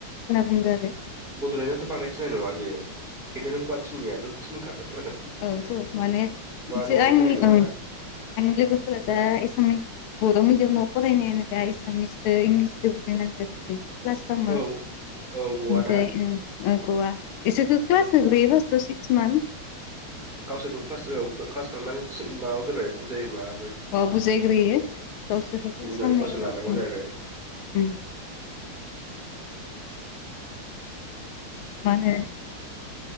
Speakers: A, on the left (about 85°); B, in the centre.
A: बुंदों आरो
B: बड'लेण्डआथ' बांद्राय थिनाय नङा बेयो खिन्थु नों गुवाथिनियाथ' थिनखागोन।
A: औथ' माने जो
B: नङाबा
A: आंनि
B: होनाय नङाना
A: ओं आंनि लोगोफोरा दा एसामिस बर' मिडियामाव फरायनायानो दा एसामिसदो इंलिसदो बुजाय नांगोन बिसोर। क्लास खालामो
B: औ औ गवाना
A: ओम <unintelligible> ओ गवा इसोखो क्लाजोबग्रोयो फासताव सिक्स मान
B: गावसोरखौ क्लासआव क्लास खालामनानै माबाग्रोबाय बुजायोमा
A: अ बुजायग्रोयो गावसरखो क्लास
B: बिनि उनावहाय
A: खामनायनि
B: गावसोर
A: उनाव
B: लानांगौ
A: ओम
B: जाहैबाय
A: ओम। <inaudible> मानो